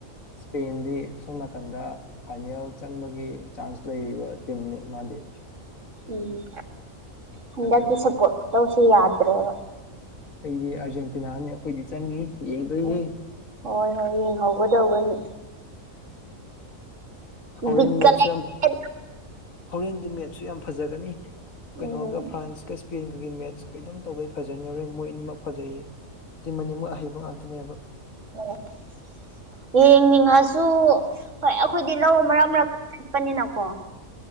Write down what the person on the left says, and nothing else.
ꯏꯁꯄꯦꯟꯗꯤ ꯁꯣꯝ ꯅꯥꯀꯟꯗ ꯐꯥꯏꯅꯦꯜ ꯆꯪꯕꯒꯤ ꯆꯥꯟꯁ ꯂꯩꯔꯤꯕ ꯇꯤꯟꯃꯤ ꯃꯥꯂꯤ
ꯑꯗꯨꯅ
ꯑꯩꯗꯤ ꯑꯥꯔꯖꯦꯟꯇꯤꯅꯥꯅꯤ ꯑꯩꯈꯣꯏꯗꯤ ꯆꯪꯉꯤ ꯌꯦꯡꯗꯣꯏꯅꯤ
ꯍꯣꯔꯦꯟ
ꯃꯦꯠꯁꯨ
ꯌꯥꯝ ꯍꯣꯔꯦꯟꯒꯤ ꯃꯦꯠꯁꯨ ꯌꯥꯝ ꯐꯖꯒꯅꯤ ꯀꯩꯅꯣꯒ
ꯐ꯭ꯔꯥꯟꯁꯀ ꯏꯁꯄꯦꯟꯒꯒꯤ ꯃꯦꯠꯁ ꯀꯩꯅꯣꯝ ꯇꯧꯒꯩ ꯐꯖꯅ ꯌꯧꯔꯦ ꯃꯣꯏ ꯑꯅꯤꯃꯛ ꯐꯖꯩ ꯇꯤ ꯑꯅꯤ ꯃꯣꯏꯛ ꯑꯍꯩꯕ ꯉꯥꯛꯇꯅꯦꯕ